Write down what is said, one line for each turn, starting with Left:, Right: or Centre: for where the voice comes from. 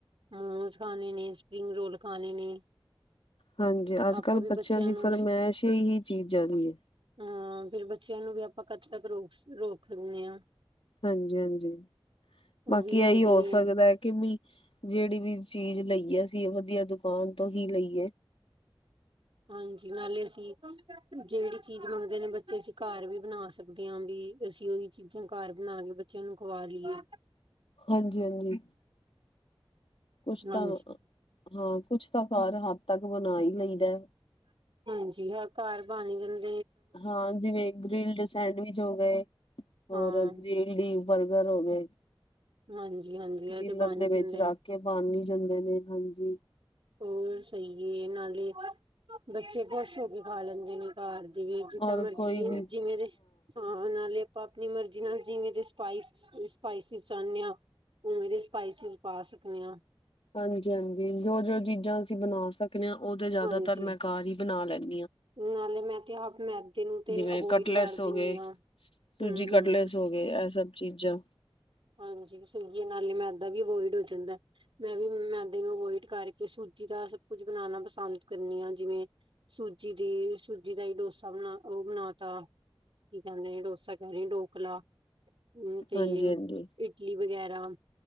Right: ਮੋਮੋਸ ਖਾਣੇ ਨੇ ਸਪਰਿੰਗ ਰੋਲ ਖਾਣੇ ਨੇ।
Left: ਹਾਂਜੀ, ਅੱਜ-ਕੱਲ੍ਹ
Right: ਆਪਾਂ ਵੀ
Left: ਬੱਚਿਆਂ ਦੀ
Right: ਨੂੰ
Left: ਫਰਮੈਸ਼ ਈ ਏਹੀ ਚੀਜ਼ਾਂ ਦੀ ਏ।
Right: ਹਾਂ ਫੇਰ ਬੱਚ ਬੱਚਿਆਂ ਨੂੰ ਵੀ ਆਪਾਂ ਕਦ ਤੱਕ ਰੋਗ ਰੋਕ ਕਰਨਿਆ
Left: ਹਾਂਜੀ-ਹਾਂਜੀ
Right: ਉਹ
Left: ਬਾਕੀ
Right: ਵੀ ਮੰਗਦੇ
Left: ਇਹੀ ਹੋ
Right: ਨੇ
Left: ਸਕਦਾ ਹੈ ਕਿ ਮ ਜਿਹੜੀ ਵੀ ਚੀਜ਼ ਲਈਏ ਅਸੀਂ ਵਧੀਆ ਦੁਕਾਨ ਤੋਂ ਹੀ ਲਈਏ
Right: ਹਾਂਜੀ ਨਾਲੇ ਅਸੀਂ, ਜਿਹੜੀ ਚੀਜ਼ ਮੰਗਦੇ ਨੇ ਬੱਚੇ ਅਸੀਂ ਘਰ ਵੀ ਬਣਾ ਸਕਦੇ ਹਾਂ ਵੀ ਅਸੀਂ ਉਹੀ ਚੀਜ਼ਾਂ ਘਰ ਬਣਾ ਕੇ ਬੱਚਿਆਂ ਨੂੰ ਖਵਾ ਲਈਏ।
Left: ਹਾਂਜੀ-ਹਾਂਜੀ, ਕੁਝ
Right: ਹਾਂਜੀ।
Left: ਤਾਂ, ਹਾਂ। ਕੁਛ ਤਾਂ ਘਰ ਹੱਦ ਤੱਕ ਬਣਾ ਹੀ ਲਈਦਾ।
Right: ਹਾਂਜੀ ਹਾਂ ਘਰ ਬਣ ਜਾਂਦਾ।
Left: ਹਾਂ ਜਿਵੇਂ ਗ੍ਰਿਲਡ ਸੈਂਡਵਿਚ ਹੋ ਗਏ ਹੋਰ
Right: ਹਾਂ।
Left: ਗ੍ਰਿਲਡ ਬਰਗਰ ਹੋ ਗਏ-।
Right: ਹਾਂਜੀ-ਹਾਂਜੀ ਇਹ
Left: ਡੀਨਰ
Right: ਤੇ ਬਣ
Left: ਦੇ
Right: ਹੀ
Left: ਵਿੱਚ
Right: ਜਾਂਦੇ
Left: ਰੱਖ
Right: ਨੇ
Left: ਕੇ ਬਣ ਹੀ ਜਾਂਦੇ ਨੇ ਹਾਂਜੀ।
Right: ਹੋਰ ਸਹੀ ਹੈ ਨਾਲੇ ਬੱਚੇ ਖੁਸ਼ ਹੋ ਕੇ ਖਾ ਲੈਂਦੇ। ਨੇ ਘਰ ਦੇ ਵੀ ਜਿੱਦਾਂ
Left: ਔਰ
Right: ਮਰਜੀ
Left: ਕੋਈ ਵੀ
Right: ਜਿਵੇਂ ਦੇ ਹਾਂ ਨਾਲੇ ਆਪਾਂ ਆਪਣੀ ਮਰਜੀ ਨਾਲ ਜਿਵੇਂ ਸਪਾਈਸੀਜ ਚਾਹੁੰਦੇ ਹਾਂ ਉਵੇਂ ਦੇ ਸਪਾਈਸਿਜ ਪਾ ਸਕਦੇ ਹਾਂ।
Left: ਹਾਂਜੀ-ਹਾਂਜੀ, ਜੋ ਜੋ ਚੀਜ਼ਾਂ ਅਸੀਂ ਬਣਾ ਸਕਦੇ, ਹਾਂ ਉਹ ਤੇ ਜ਼ਿਆਦਾਤਰ
Right: ਹਾਂਜੀ
Left: ਮੈਂ ਘਰ ਹੀ ਬਣਾ ਲੈਂਦੀ -
Right: ਨਾਲੇ ਮੈਂ ਤੇ ਆਪ ਮੈਦੇ ਨੂੰ ਤੇ
Left: ਜਿਵੇਂ
Right: ਅਵੋਇਡ
Left: ਕਟਲੈਸ
Right: ਕਰ ਦਿਨੀ
Left: ਹੋ ਗਏ
Right: ਹਾਂ
Left: ਸੂਜੀ
Right: ਹਮ ਹਮ
Left: ਕਟਲੈਸ ਹੋ ਗਏ ਇਹ ਸਭ ਚੀਜ਼ਾਂ
Right: ਹਾਂਜੀ ਸਹੀਏ ਨਾਲੇ ਮੈ। ਵੀ ਅਵੋਇਡ ਹੋ ਜਾਂਦਾ, ਮੈਂ ਵੀ ਮੈਦੇ ਨੂੰ ਅਵੋਇਡ ਕਰਕੇ ਸੂਜੀ ਦਾ ਸਭ ਕੁੱਝ ਬਣਾਣਾ ਪਸੰਦ ਕਰਨੀ ਹਾਂ ਜਿਵੇਂ ਸੂਜੀ ਸੂਜੀ ਦੀ ਸੂਜੀ ਦਾ ਹੀ ਡੋਸਾ ਬਣਾ ਉਹ ਬਣਾ ਤਾ ਕੀ ਕਹਿੰਦੇ ਡੋਸਾ ਕਹਿ ਰਹੀ ਢੋਕਲਾ। ਹੂੰ ਤੇ
Left: ਹਾਂਜੀ-ਹਾਂਜੀ।
Right: ਇਡਲੀ ਵਗੈਰਾ